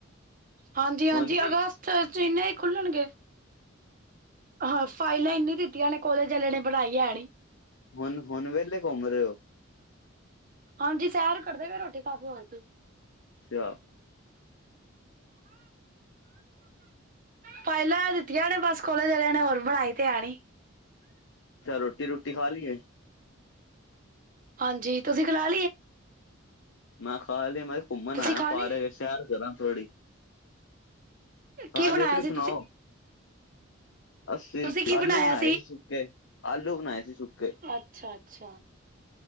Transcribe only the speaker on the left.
ਹੁਣ ਕੀ
ਹੁਣ -ਹੁਣ ਵਿਹਲੇ ਘੁੰਮ ਰਹੇ ਹੋਃ
ਅੱਛਾ,
ਅੱਛਾ ਰੋਟੀ ਰੂਟੀ ਖਾ ਲਈ ਕੇ?
ਮੈਂ ਖਾਲ ਮੈਂ ਘੁੰਮਣ
ਆਇਆ
ਪਾਰਕ
ਚ। ਸੈਰ ਕਰਾ ਥੋੜੀ
ਜੀ ਤੁਸੀਂ
ਸੁਣਾਓ? ਅੱਸੀ
ਆਲੂ
ਬਣਾਏ ਸੀ ਸੁੱਕੇ ਆਲੂ ਬਣਾਏ ਸੀ ਸੁੱਕੇ।